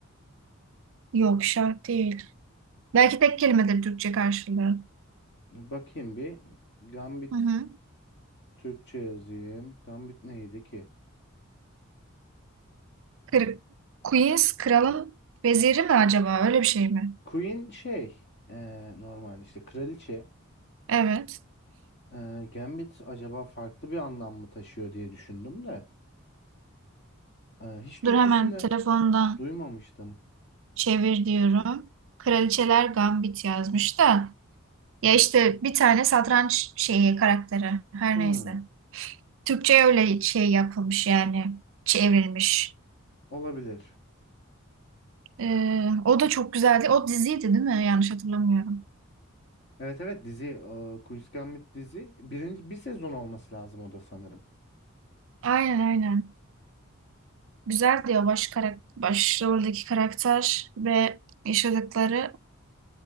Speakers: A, on the right; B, on the left.
A: yok şah değil. Belki tek kelimedir Türkçe karşılığı.
B: Bakayım bir. Gambit
A: Hı hı.
B: Türkçe yazayım. Gambit neydi ki?
A: Kır- Queen's kralın veziri mi acaba? Öyle bir şey mi?
B: Queen şey eee normalde işte kraliçe.
A: Evet.
B: Eee, Gambit acaba farklı bir anlam mı taşıyor diye düşündüm de. eee, hiç Türkçesinde
A: Dur hemen telefondan
B: duymamıştım.
A: çevir diyorum. Kraliçeler Gambit yazmış da. Ya işte bir tane satranç şeyi karakteri. Her
B: Hmm,
A: neyse. Türkçe'ye öyle şey yapılmış yani. Çevrilmiş.
B: olabilir.
A: Ee, o da çok güzeldi. O diziydi değil mi? Yanlış hatırlamıyorum.
B: Evet evet dizi eee, Queen's Gambit dizi birinci bir sezon olması lazım o da sanırım.
A: Aynen aynen. Güzeldi o baş karak başroldeki karakter ve yaşadıkları